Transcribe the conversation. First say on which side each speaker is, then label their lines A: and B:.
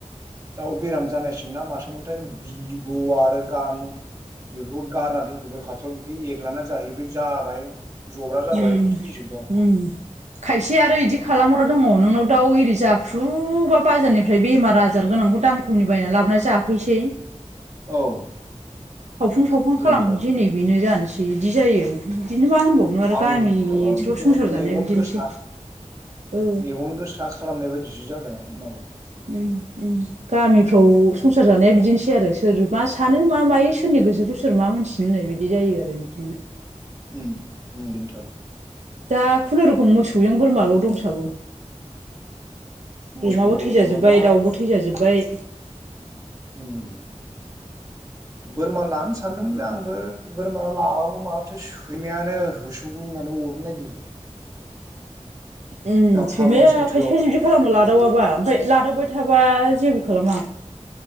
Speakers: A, on the right; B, on the right.
A: दाउ बेराम जानायसोन ना मास मोनथाय बिब' आरो गां बेफोरखौ गारना दोनफैबाय खाथियाव बेखौ एरला जाहैबाय जाबाय जब्रा जाबाय
B: उम
A: थैजोबबाय आंहा
B: उम खायसे आरो इदि खालामग्रा दङ नोंनाव दाउ एरि जाख्रुबा बाजारनिफ्राय बेमार आजार गोनां बेखौ दाम खमनि बायना लाबोनानै जाफैसै
A: औ।
B: सावफुन सावफुन
A: बेनोथ'
B: खालामहैनोसै नै बेनो जानोसै बिदि बिदि जायो बिदिनो मा होनबावनो आरो
A: आंनिखौथ'
B: गामि ओनसोलाव
A: बिदिनो
B: संसार
A: मेगन
B: जानाया बिदिनोसै।
A: गोसा
B: ओ
A: मेगन गोसा खालामनाय बायदिसो जाबाय उमबा
B: ओम ओम गामिफ्राव संसार जानाया बिदिनोसै आरो सोर मा सानो मा मायो सोरनि गोसोखौ सोर मा मोनथिनो होननाय बायदि जायो आरो बिदिनो
A: ओम ओम बिनोथ'
B: दा खुनुरुखुम मोसौजों बोरमाल' दंसाबो
A: मोसौ
B: अमाबो थैजाजोबबाय
A: बोरमा दा
B: दाउबो थैजाजोब्बाय
A: उम
B: <inaudible>
A: बोरमा लानो सानदोंमोनलै आंबो बोरमा लाबाबो माथो सैमायानो होसोगलुंनानै अरनो नागिरो
B: उम
A: दा
B: सैमाया
A: फागुन सैथोआव
B: खायसे खायसे बिदि खालामो लादावाबा ओमफाय लादावबाय थाबा जेबो खालामा।